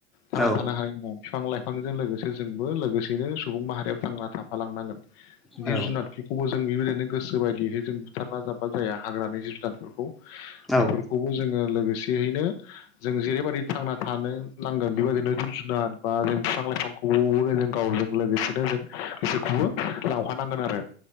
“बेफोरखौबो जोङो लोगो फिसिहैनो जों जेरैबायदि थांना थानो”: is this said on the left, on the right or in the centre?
Left